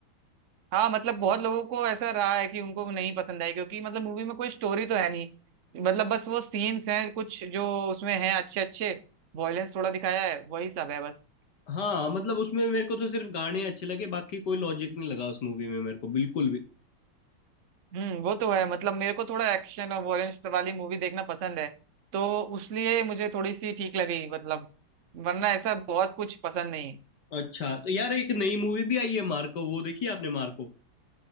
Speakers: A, on the right; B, on the left.
A: हाँ मतलब बहुत लोगों को ऐसा रहा है कि उनको नहीं पसंद आई क्योंकि मतलब मूवी में कोई स्टोरी तो है नहीं मतलब बस वो सीन्स हैं कुछ जो उसमें हैं अच्छे अच्छे वॉयलेंस थोड़ा दिखाया है वही सब है बस
B: हाँ मतलब उसमें मेरे को तो सिर्फ गाने अच्छे लगे बाकी कोई लॉजिक नहीं लगा उस मूवी में मेरे को बिल्कुल भी
A: हम्म वो तो है मतलब मेरे को थोड़ा एक्शन और वॉयलेंस वाली मूवी देखना पसंद है तो उसलिए मुझे थोड़ी सी ठीक लगी मतलब वरना ऐसा बहुत कुछ पसंद नहीं
B: अच्छा तो यार एक नई मूवी भी आई है मार्को वो देखी आपने मार्को